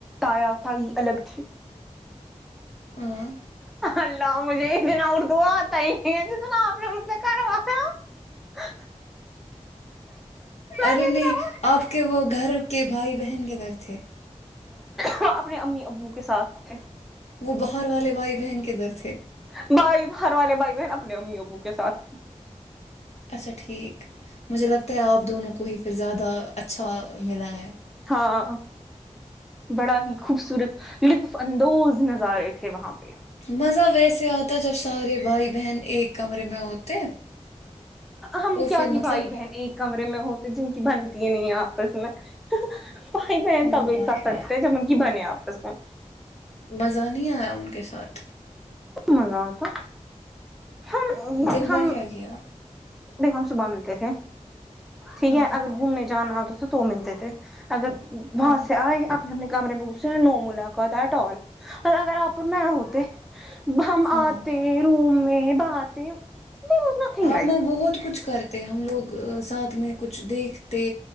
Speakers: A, in the centre; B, on the left.
A: تایا تائی الگ تھے
B: ہاں
A: اللہ مجھے جنا اردو آتا نہی آپتے آپ نی ہم سے کروا رہی ہو
B: ارے
A: نے اتنا
B: نہیں آپ کے وہ گھر کے بھائی بہن کے گھر تھے
A: وہ اپنے امی ابو کے ساتھ
B: وہ باہر والے بھائی بہن کے در تھے
A: بھائی بھر والے بھائی بہن اپنے امی ابو کے ساتھ
B: اچھا ٹھیک مجھے لگتا ہے آپ دونوں کو ہی پھر زیادہ اچھا ملا ہے
A: ہاں بڑا ہی خوبصورت اندوز نظارے تھے وہاں پہ
B: مزہ ویسے آتا جب سارے بھائی بہن ایک کمرے میں ہوتے
A: ہم
B: اور
A: کیا
B: پھر مطلب
A: ہی بھائی بہن ایک کمرے میں ہوتے جن کی بنتی نہیں ہیں آپس میں بھائی بہن
B: وہ
A: تب
B: بات
A: ایک ساتھ
B: بھی
A: سچتے
B: ہے
A: جب ان کی بنے آپس میں
B: مزہ نہیں آیا ان کے ساتھ
A: مزہ آتا ہم
B: دن بھر
A: ہم
B: کیا کیا
A: دیکھو ہم صبح ملتے تھے ٹھیک
B: ہاں
A: ہے اگر گھومنے جانا ہوتا تو تو ملتے تھے اگر وہاں
B: ہاں
A: سے آئے اپنے اپنے کمرے میں گسے نو ملاقات ایٹ آل اور اگر آپ میں ہوتے ہم
B: ہاں
A: آتے روم میں باتے در وز نتنگ
B: وہ بہت کچھ کرتی ہم لوگ ساتھ میں کچھ دیکھتے